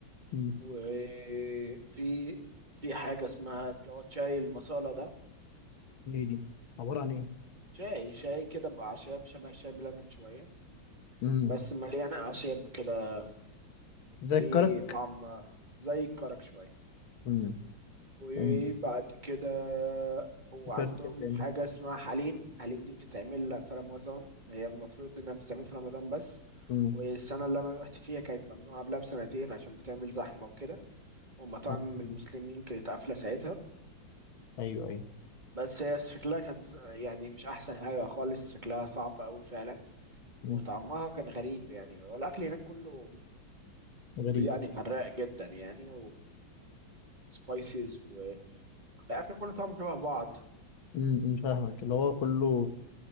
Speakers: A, on the left (about 85°); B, on the right (about 25°).
A: امم
B: وفي في حاجة اسمها اللي هو شاي المصالة ده
A: إيه دي؟ عبارة عن إيه؟
B: شاي شاي كده بأعشاب شبه الشاي بلبن شوية
A: امم
B: بس مليانة أعشاب كده
A: زي
B: ليه
A: الكرك
B: طعم زي الكرك شوية
A: امم
B: وبعد
A: أم.
B: كده وعندهم
A: فكرت كده تاني
B: حاجة اسمها حليم حليم دي بتتعمل في رمضان هي المفروض إنها بتتعمل في رمضان بس
A: امم
B: والسنة اللي أنا روحت فيها كانت ممنوعة قبلها بسنتين عشان بتعمل زحمة وكده ومطاعم
A: صح.
B: المسلمين
A: مم.
B: كانت قافلة ساعتها
A: أيوه أيوه
B: بس هي شكلها كان ز- يعني مش أحسن حاجة خالص شكلها صعب أوي فعلا
A: مم.
B: وطعمها كان غريب يعني والأكل هناك كله
A: غريب
B: يعني حراق جدا يعني وسبايسز الاكل كله طعمه شبه بعض
A: امم فاهمك اللي هو كله